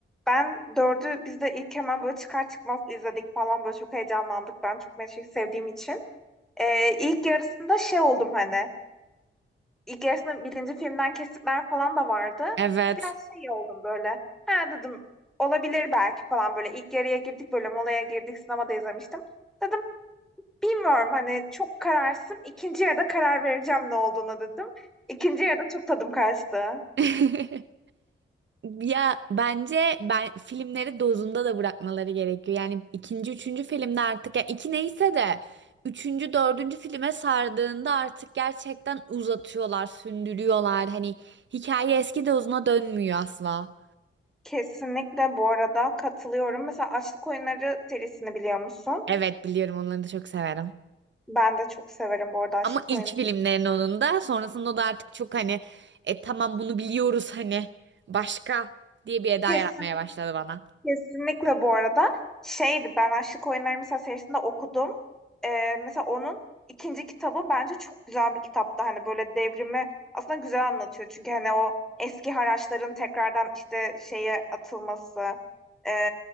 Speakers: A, in the centre; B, on the right (about 60°).
A: ben dördü biz de ilk hemen böyle çıkar çıkmaz izledik falan böyle çok heyecanlandık. Ben çok Matrix sevdiğim için. Ee, ilk yarısında şey oldum hani. İlk yarısında birinci filmden kesitler falan da vardı.
B: Evet.
A: Biraz şey oldum böyle. Ha dedim olabilir belki falan böyle. İlk yarıya girdik böyle molaya girdik sinemada izlemiştim. Dedim Bilmiyorum hani çok kararsızım. İkinci yarıda karar vereceğim ne olduğuna dedim. İkinci yarıda çok tadım kaçtı.
B: <laughs> Ya bence ben filmleri dozunda da bırakmaları gerekiyor. Yani ikinci, üçüncü filmde artık ya iki neyse de üçüncü, dördüncü filme sardığında artık gerçekten uzatıyorlar, sündürüyorlar. Hani hikaye eski dozuna dönmüyor asla.
A: Kesinlikle bu arada katılıyorum. Mesela Açlık Oyunları serisini biliyor musun?
B: Evet biliyorum onları da çok severim.
A: Ben de çok severim bu arada Açlık
B: Ama ilk
A: Oyunları.
B: filmlerin onun da sonrasında da artık çok hani e, tamam bunu biliyoruz hani başka diye bir eda
A: Kesinlikle.
B: yaratmaya başladı bana.
A: Kesinlikle bu arada şeydi ben Aşık Oyunları mesela serisinde okudum. Ee, mesela onun ikinci kitabı bence çok güzel bir kitaptı. Hani böyle devrimi aslında güzel anlatıyor. Çünkü hani o eski haraçların tekrardan işte şeye atılması, e,